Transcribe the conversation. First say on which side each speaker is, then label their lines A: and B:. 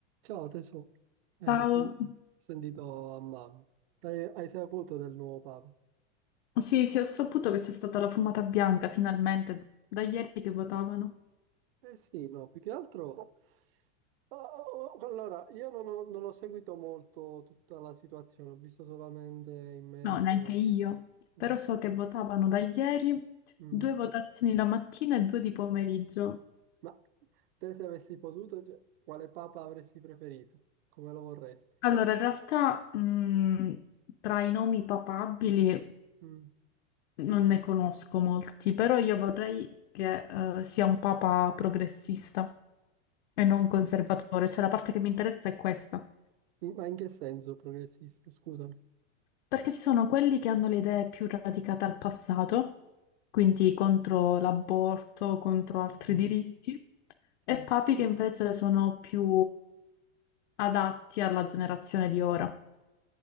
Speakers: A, on the right (about 55°); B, on the left (about 70°).
A: Ciao tesoro, eh,
B: Ciao.
A: ho sen- sentito a mano. Hai, hai saputo del nuovo Papa?
B: Sì, sì, ho saputo che c'è stata la fumata bianca finalmente, da ieri che votavano.
A: Eh sì, no, più che altro... Ah, oh, oh, Allora, io non ho, non ho seguito molto tutta la situazione, ho visto solamente in merito...
B: No, neanche io, però
A: Mm,
B: so che votavano da ieri
A: mm.
B: due votazioni la mattina e due di pomeriggio.
A: Ma te se avessi potuto, cioè, quale Papa avresti preferito? Come lo vorresti?
B: Allora, in realtà, mh, tra i nomi papabili
A: Mm.
B: non ne conosco molti, però io vorrei che, eh, sia un papa progressista e non conservatore, cioè la parte che mi interessa è questa.
A: In- Ma in che senso progressista? Scusami.
B: Perché ci sono quelli che hanno le idee più radicate al passato, quindi contro l'aborto, contro altri
A: Mm.
B: diritti, e
A: mm.
B: papi che invece sono più adatti alla generazione di ora.